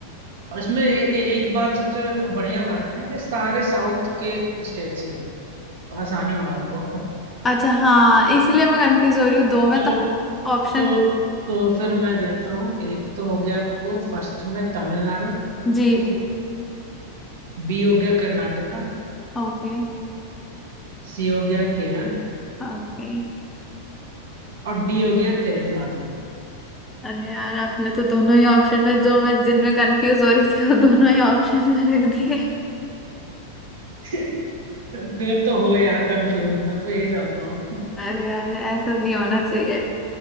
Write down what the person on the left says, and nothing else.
अच्छा हाँ इसलिए मैं कंफ्यूज हो रही हूँ दो
में
तो ऑप्शन
जी
ओके
ओके
अरे यार आपने तो दोनों ही ऑप्शन में जो मैं जिनमें कंफ्यूज हो रही थी वो दोनों ही ऑप्शन में रख दिए
अरे यार ऐसा नहीं होना चाहिए